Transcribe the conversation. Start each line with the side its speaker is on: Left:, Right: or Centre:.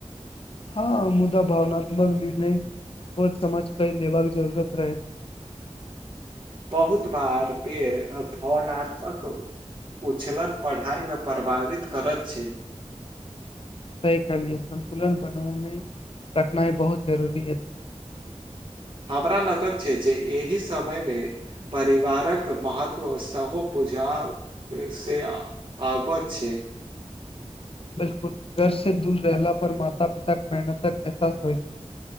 Left: हँ मुदा भावनात्मक निर्णय को समाज कई लेबाक जरूरत रहै छै
Right: बहुत बार बेेर अभावनात्मक उछलन पढ़ाई मे प्रभावित करैत छै
Left: सही कहलीय संन्तुलन बनने रखनाय बहुत जरूरी अछि
Right: <inaudible> हमरा लगत छै जे एहि समय मे परिवारक महत्व सेहो प बुझा से आबत छै
Left: बिलकुल घर से दूर रहला पर माता पिता के मेहनतक एहसास होइ छै